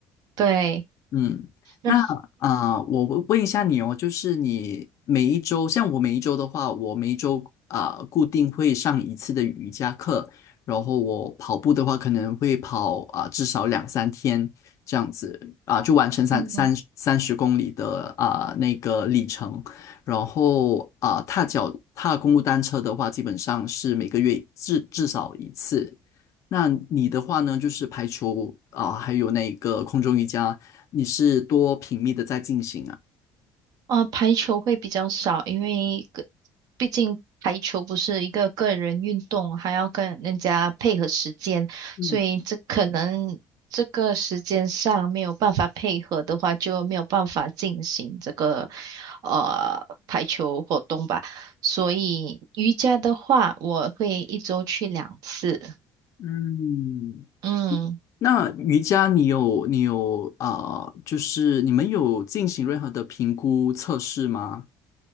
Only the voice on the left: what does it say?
嗯，
那啊、呃我问问一下你哦，就是你每一周，像我每一周的话，我每一周啊、呃固定会上一次的瑜伽课，然后我跑步的话，可能会跑啊、至少两三天这样子啊、就完成三三三十公里的啊、
那个里程，然后啊、踏脚踏公路单车的话，基本上是每个月至至少一次。那你的话呢，就是排除啊、还有那个空中瑜伽。你是多频密的在进行啊？
嗯
嗯，
那瑜伽你有你有啊、呃就是你们有进行任何的评估测试吗？